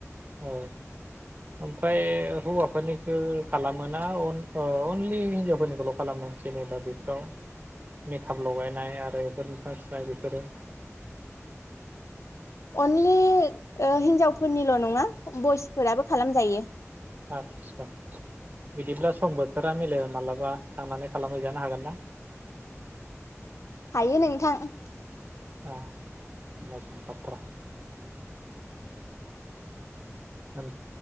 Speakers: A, on the right; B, on the left.
A: औ ओमफ्राय हौवाफोरनिखो खालामोना अन ओ अनलि हिनजावफोरनिखौल' खालामो जेनेबा बेफोराव मेकाप लगायनाय आरो बेफोर मोखां सुनाय बेफोरो?
B: अनलि ओ हिनजावफोरनिल' नङा बयसफोराबो खालामजायो ।
A: आतसा बिदिब्ला सम बोथोरा मिलाय माब्लाबा थांनानै खालामहैजानो हागोन ना?
B: हायो नोंथां।
A: ए मोजां बाथ्रा। ओं।